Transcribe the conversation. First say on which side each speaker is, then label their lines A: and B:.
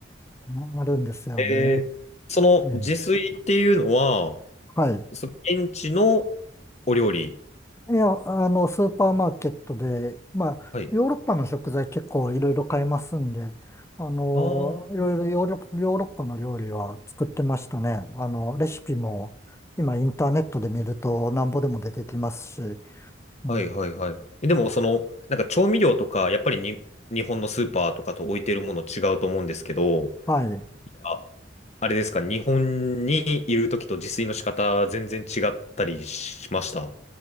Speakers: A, on the left (about 15°); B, on the left (about 40°).
A: うんあるんですよね。
B: えーその自炊っていうのは、
A: ええはい。
B: その現地のお料理。
A: いや、あの、スーパーマーケットで、まあ、
B: はい。
A: ヨーロッパの食材結構いろいろ買えますんで、あの、
B: ああ。
A: いろいろヨーロッ、ヨーロッパの料理は作ってましたね。あの、レシピも今インターネットで見るとなんぼでも出てきますし、うん、
B: はいはいはい。え、でもその、なんか調味料とか、やっぱりに日本のスーパーとかと置いてるもの違うと思うんですけど、
A: はい。
B: あ、あれですか、日本にいるときと自炊の仕方全然違ったりしました